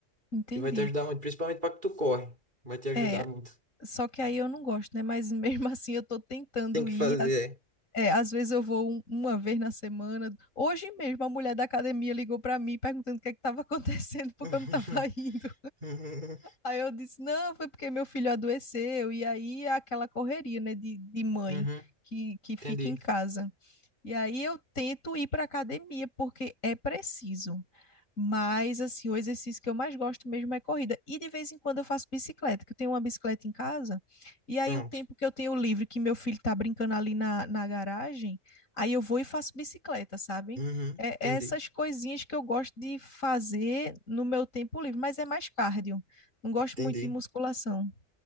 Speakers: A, on the left (about 80°); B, on the right (about 35°).
A: entendi.
B: E vai te ajudar muito, principalmente para que tu corre, vai te ajudar
A: É,
B: muito.
A: só que aí eu não gosto, né? Mas mesmo <laughs> assim eu tô tentando
B: Tem que
A: ir.
B: fazer,
A: Às- É, às vezes eu vou um- uma vez na semana. Hoje mesmo a mulher da academia ligou pra mim perguntando o que é que tava <laughs> acontecendo porque
B: é. <laughs>
A: eu não tava indo.
B: Uhum,
A: Aí eu disse, não, foi porque meu filho adoeceu. E aí é aquela correria, né, de, de mãe
B: uhum,
A: que, que fica
B: entendi.
A: em casa. E aí eu tento ir para academia porque é preciso. Mas assim, o exercício que eu mais gosto mesmo é corrida. E de vez em quando eu faço bicicleta, que eu tenho uma bicicleta em casa. E aí
B: Pronto.
A: o tempo que eu tenho livre, que meu filho tá brincando ali na, na garagem, aí eu vou e faço bicicleta, sabe?
B: Uhum,
A: É
B: entendi,
A: é essas coisinhas que eu gosto de fazer no meu tempo livre, mas é mais cardio. Não gosto
B: entendi.
A: muito de musculação.